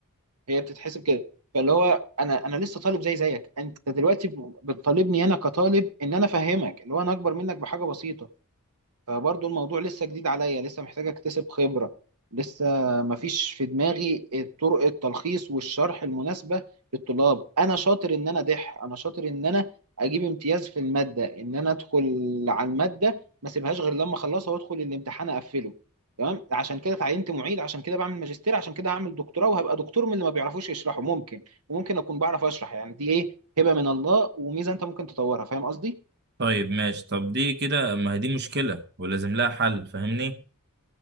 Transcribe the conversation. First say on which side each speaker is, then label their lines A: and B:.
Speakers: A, on the right; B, on the right.
A: هي بتتحسب كده فاللي هو انا انا لسه طالب زي زيك انت دلوقتي ب- بتطالبني انا كطالب ان انا افهمك اللي هو انا اكبر منك بحاجه بسيطه فبرضه الموضوع لسه جديد عليا لسه محتاج اكتسب خبرة لسه مفيش في دماغي طرق التلخيص والشرح المناسبة للطلاب انا شاطر ان انا دح انا شاطر ان انا اجيب امتياز في المادة ان انا ادخل على المادة ما سيبهاش غير لما اخلصها وادخل الامتحان اقفله تمام عشان كده اتعينت معيد عشان كده بعمل ماجستير عشان كده هعمل دكتوراه وهبقى دكتور من اللي ما بيعرفوش يشرحوا ممكن وممكن اكون بعرف اشرح يعني دي ايه هبة من الله وميزة انت ممكن تطورها فاهم قصدي
B: طيب ماشي طب دي كده ما هي دي مشكلة ولازم لها حل فاهمني